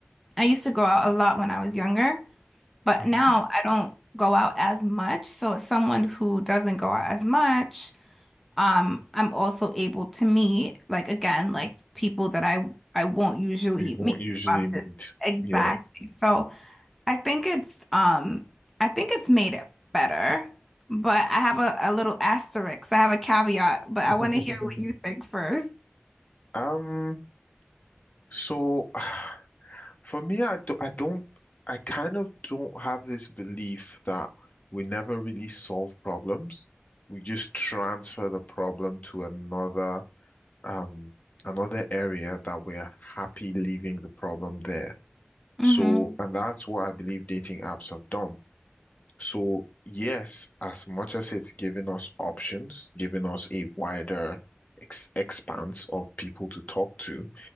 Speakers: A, in the centre; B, on the left.
A: I used to go out a lot when I was younger, but
B: hmm
A: now I don't go out as much. So as someone who doesn't go out as much, um, I'm also able to meet like again, like people that I I won't usually
B: We won't
A: meet
B: usually
A: if I'm
B: meet.
A: just exactly.
B: Yeah.
A: So I think it's um I think it's made it better, but I have a, a little asterisk. I have a caveat, but
B: <laughs>
A: I want to hear what you think first.
B: Um, so <sighs> for me, I do, I don't, I kind of don't have this belief that we never really solve problems. We just transfer the problem to another um another area that we're happy leaving the problem there.
A: Mm-hmm.
B: So, and that's what I believe dating apps have done. So, yes, as much as it's given us options, giving us a wider ex expanse of people to talk to,